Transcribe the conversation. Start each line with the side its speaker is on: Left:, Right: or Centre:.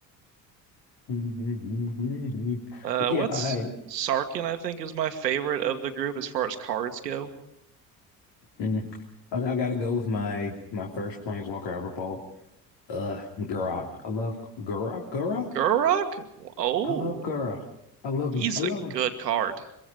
Left: hmm
Right: Uh,
Left: But yeah,
Right: what's
Left: I
Right: Sarkin, I think, is my favorite of the group as far as cards go.
Left: mm, I I gotta go with my my first Planeswalker I ever bought. Uh, Gurok. I love Gurok. Gurok.
Right: Gurok? Oh,
Left: I love Gurok. I love
Right: he's
Left: him. I love
Right: a
Left: him.
Right: good card.